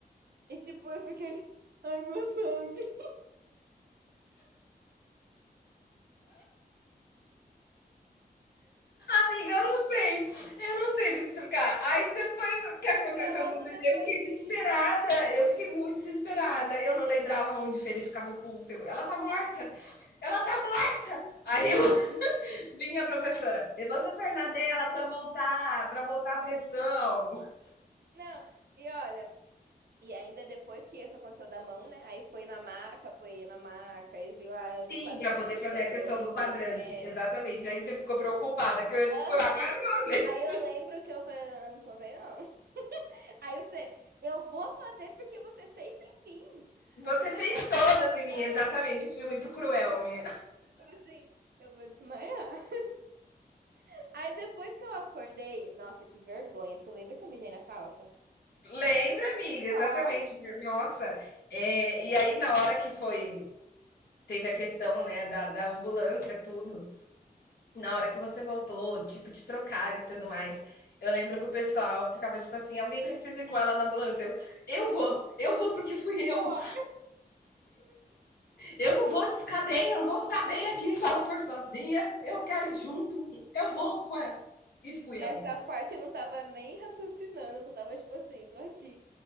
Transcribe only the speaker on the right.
E tipo, eu fiquei, ai meu sangue. <laughs>
E foi logo
depois
disso.
Não, e olha. E ainda depois que isso aconteceu da mão, né? Aí foi na maca, apoiei na maca, aí viu a
quadrante
superior.
É.
Aham.
Aí eu lembro que eu falei, "Eu não tô bem, não. <laughs> Aí você, eu vou fazer porque você fez em mim.
Aí eu,
ah,
como assim? Eu vou desmaiar. <laughs> Aí depois que eu acordei, nossa, que vergonha. Tu lembra que eu mijei na calça?
Nossa,
ficou
louca.
Essa
parte eu não tava nem raciocinando, eu só tava tipo assim, tô aqui.